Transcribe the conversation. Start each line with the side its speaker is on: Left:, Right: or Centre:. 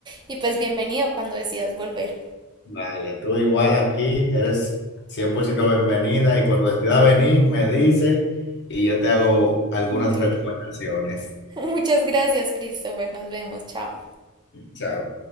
Right: Y pues bienvenido cuando decidas volver.
Left: vale, tú igual aquí eres 100% bienvenida y cuando decida venir me dice y yo te hago algunas
Right: Un tour.
Left: recomendaciones.
Right: <laughs> Muchas gracias, Christopher. Nos vemos. Chao.
Left: Chao.